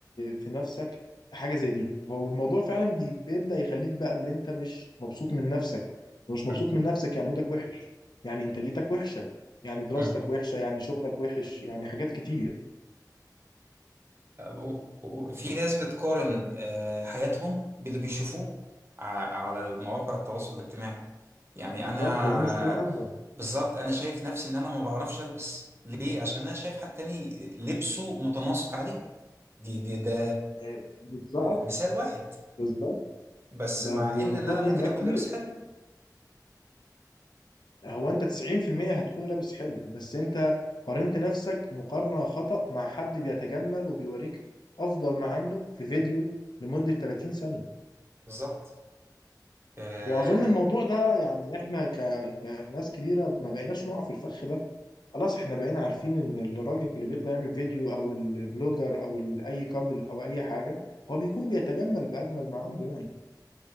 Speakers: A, on the left; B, on the right.
A: في نفسك حاجه زي دي هو الموضوع فعلا بي- بيبدا يخليك بقى اللي انت مش مبسوط من نفسك مش مبسوط
B: مم.
A: من نفسك يعني مودك وحش يعني انتاجيتك وحشه يعني دراستك
B: مم.
A: وحشه يعني شغلك وحش يعني حاجات كتير
B: و- و- في ناس بتقارن آه، حياتهم باللي بيشوفوه ع- على المواقع التواصل الاجتماعي يعني
A: بالظبط
B: انا
A: ده دي مشكله اكبر
B: بالظبط انا شايف نفسي ان انا ما بعرفش البس ليه عشان انا شايف حد تاني لبسه متناسق عليه دي دي ده
A: آه، بالظبط
B: مثال واحد
A: بالظبط
B: بس
A: ده
B: مع ان إن
A: خد
B: انا ممكن
A: من ده
B: اكون
A: كتير
B: لابس حلو
A: هو انت 90% هتكون لابس حلو بس انت قارنت نفسك مقارنه خطأ مع حد بيتجمل وبيوريك افضل ما عنده في فيديو لمده 30 ثانيه
B: بالظبط آه،
A: واظن الموضوع ده يعني احنا ك... كناس كبيره ما بقيناش نقع في الفخ ده خلاص احنا بقينا عارفين ان الراجل اللي بيطلع يعمل فيديو او البلوجر او ال- اي كابل او اي حاجه هو بيكون بيتجمل باجمل ما عنده يعني